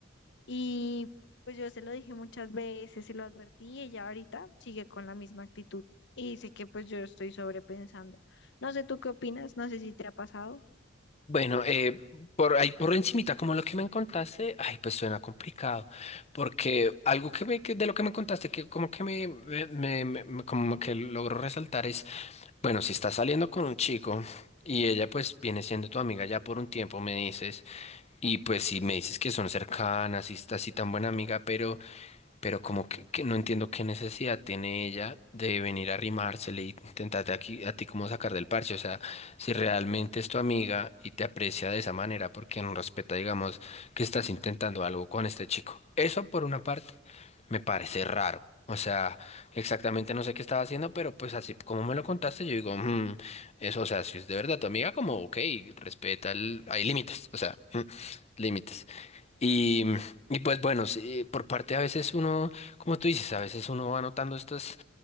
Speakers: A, on the left; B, on the left.
A: Y pues yo se lo dije muchas veces, se lo advertí y ella ahorita sigue con la misma actitud. Y dice que pues yo estoy sobrepensando. No sé tú qué opinas, no sé si te ha pasado.
B: Bueno, eh, por ahí por encimita, como lo que me contaste, ay, pues suena complicado, porque algo que me, que de lo que me contaste, que como que me, me, me- me- como que logro resaltar es, bueno, si estás saliendo con un chico y ella pues viene siendo tu amiga ya por un tiempo, me dices. Y pues si me dices que son cercanas y está así tan buena amiga, pero pero como que, que no entiendo qué necesidad tiene ella de venir a arrimársele y intentarte aquí, a ti como sacar del parche. O sea, si realmente es tu amiga y te aprecia de esa manera, porque no respeta, digamos, que estás intentando algo con este chico. Eso por una parte me parece raro. O sea, exactamente no sé qué estaba haciendo, pero pues así como me lo contaste, yo digo, "Mm, eso, o sea, si es de verdad tu amiga, como, ok, respeta, el- hay límites, o sea, mm, límites. Y, y pues bueno, sí, por parte a veces uno, como tú dices, a veces uno va notando estas